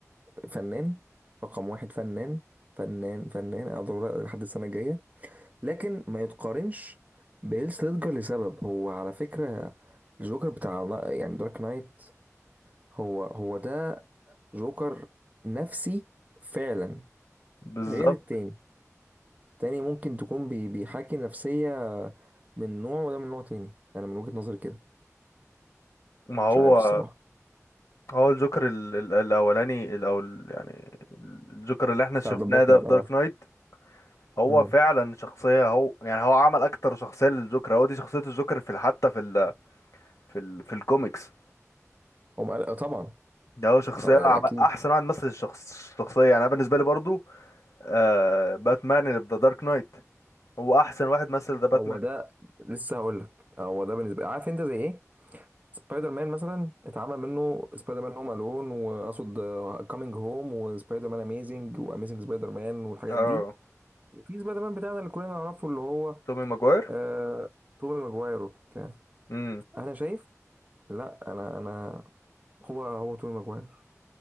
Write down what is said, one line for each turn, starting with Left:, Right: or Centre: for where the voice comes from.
Right: فنان رقم واحد فنان فنان فنان أقدر لحد السنة الجاية لكن ما يتقارنش بهيلث ليدجر لسبب هو على فكرة الجوكر بتاع لا- يعني دارك نايت هو هو ده جوكر نفسي فعلا
Left: بالظبط
Right: غير التاني التاني ممكن تكون بي- بيحاكي نفسية من نوع وده من نوع تاني أنا من وجهة نظري كده
Left: ما هو
Right: مش عارف الصراحة
Left: هو الجوكر ال... ال- الاولاني الاول يعني الجوكر اللي احنا شفناه
Right: بتاع ذا باتمان
Left: ده في دارك نايت هو
Right: اه
Left: فعلا شخصية هو يعني هو عمل أكتر شخصية للجوكر هو دي شخصية الجوكر في ال- حتى في ال في ال في الكوميكس
Right: هم قال- طبعا
Left: ده هو شخصية
Right: طبعا يعني
Left: عمل
Right: اكيد
Left: أحسن واحد مثل الشخص الشخصية يعني أنا بالنسبة لي برضو آه باتمان اللي في ذا دارك نايت هو أحسن واحد مثل ذا باتمان
Right: هو ده لسه هقول لك هو ده بالنسبه عارف انت زي ايه سبايدر مان مثلا اتعمل منه سبايدر مان هوم الون واقصد كامينج هوم وسبايدر مان اميزنج واميزنج سبايدر مان والحاجات
Left: اه
Right: دي وفي سبايدر مان بتاعنا اللي كلنا نعرفه اللي هو
Left: تومي ماجواير
Right: آه... توبي ماجواير وبتاع
Left: امم
Right: انا شايف لا انا انا هو هو توبي ماجواير